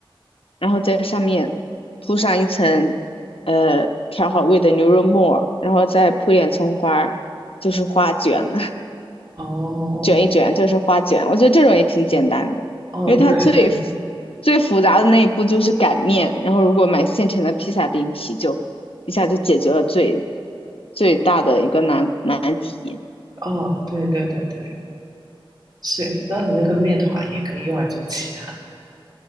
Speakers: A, on the left (about 90°); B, on the right (about 50°).
A: 然后在上面铺上一层呃调好味的牛肉末儿然后再铺点葱花儿就是花卷了。
B: 哦
A: 卷一卷，就是花卷。我觉得这种也挺简单的，
B: 哦，
A: 因为它最复
B: 对对，
A: 最复杂的那一步就是擀面，然后如果买现成的披萨饼皮就一下就解决了最最大的一个难难题。
B: 哦对对对对，是。然后你那个面团也可以用来做其他的